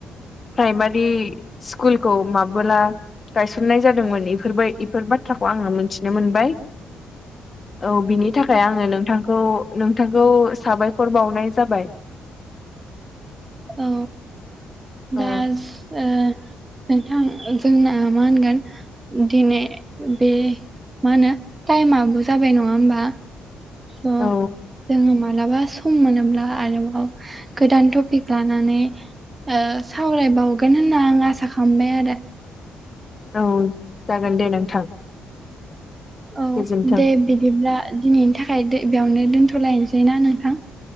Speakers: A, on the left; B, on the right.
A: प्राइमारि स्कुलखौ माबोला गायसननाय जादोंमोन बेफोरबाय बेफोर बाथ्राखौ आङो मिथिनो मोनबाय औ बिनि थाखाय आङो नोंथांखौ नोंथांखौ साबायखर बावनाय जाबाय।
B: औ
A: औ
B: दा ओ नोंथां जोंना मा होनगोन? दिनै बे माहोनो टाइमाबो जाबाय नङा होमबा? स
A: औ
B: जोङो मालाबा सम मोनोब्ला आरोबाव गोदान टपिक लानानै ओ सावरायबावगोन होनना आं आसा खालामबाय आरो।
A: औ जागोन दे नोंथां।
B: औ
A: गोजोन्थों
B: दे बिदिब्ला दिनैनि थाखाय दो-बेयावनो दोन्थ'लायसै ना नोंथां।